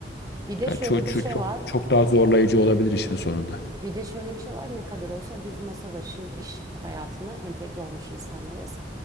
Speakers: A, on the right; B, on the left.
A: Bir de
B: Ya
A: şöyle
B: çok çok
A: bir şey
B: çok
A: var.
B: çok daha zorlayıcı olabilir işin sonunda.
A: Bir de şöyle bir şey var ne kadar olsa biz masa başı iş hayatına entegre olmuş insanlarız.